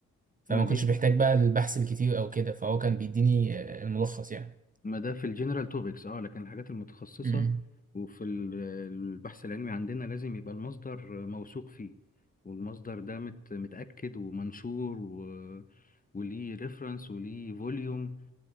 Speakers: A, on the right; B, on the left.
A: فما
B: ما دي
A: كنتش بحتاج بقى البحث الكتير أو كده فهو كان بيديني آه، الملخص يعني
B: ما ده في الجنرال توبكس اه لكن الحاجات المتخصصة
A: امم
B: وفي ال- البحث العلمي عندنا لازم يبقى المصدر موثوق فيه والمصدر ده مت متأكد ومنشور و... وليه ريفرنس وليه فوليوم